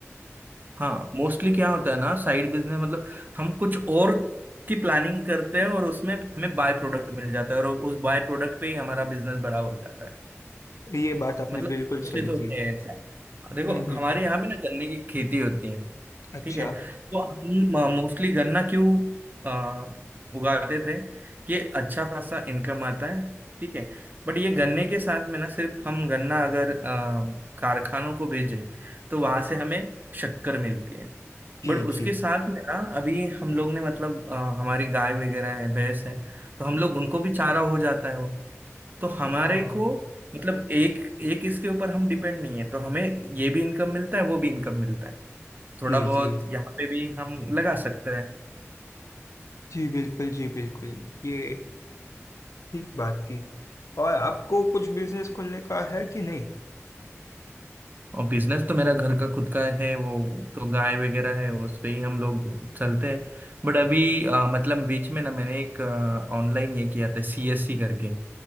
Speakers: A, on the right; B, on the left.
A: हाँ मोस्टली क्या होता है ना साइड बिजनेस मतलब हम कुछ और की प्लानिंग करते हैं और उसमें हमें बाय प्रोडक्ट मिल जाता है और उस बाय प्रोडक्ट पे ही हमारा बिजनेस बड़ा हो जाता है
B: ये बात आपने
A: मतलब
B: बिल्कुल
A: उसके
B: सही
A: तो
B: की
A: है ऐसा देखो
B: हम्म हम्म
A: हमारे यहाँ पे ना गन्ने की खेती होती है
B: अच्छा
A: ठीक है तो हम मोस्टली गन्ना क्यों आ, उगाते थे कि अच्छा खासा इनकम आता है ठीक है बट ये गन्ने के साथ में ना सिर्फ हम गन्ना अगर आ, कारखानों को भेजें तो वहां से हमें शक्कर मिलती है
B: जी
A: बट उसके
B: जी
A: साथ में ना अभी हम लोग ने मतलब आ, हमारी गाय वगैरह है भैंस है तो हम लोग उनको भी चारा हो जाता है वो तो हमारे
B: हाँ
A: को मतलब एक एक इसके ऊपर हम डिपेंड नहीं है तो हमें ये भी इनकम मिलता है वो भी इनकम मिलता है थोड़ा
B: जी
A: बहुत
B: जी
A: यहाँ पे भी हम लगा सकते हैं
B: जी बिल्कुल जी बिल्कुल ये ठीक बात की और आपको कुछ बिजनेस खोलने का है कि नहीं
A: और बिजनेस तो मेरा घर का खुद का है वो तो गाय वगैरह है उस पे ही हम लोग चलते हैं बट अभी अ, मतलब बीच में ना मैंने एक ऑनलाइन ये किया था सीएससी करके